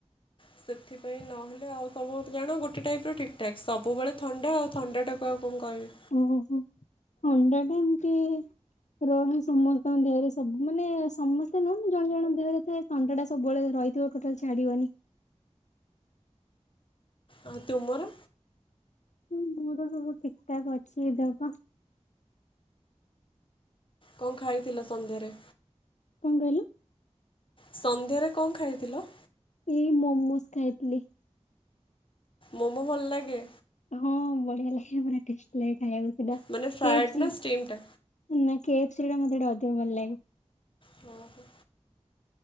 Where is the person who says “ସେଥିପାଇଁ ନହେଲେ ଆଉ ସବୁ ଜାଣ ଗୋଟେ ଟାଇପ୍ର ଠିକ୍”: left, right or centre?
Left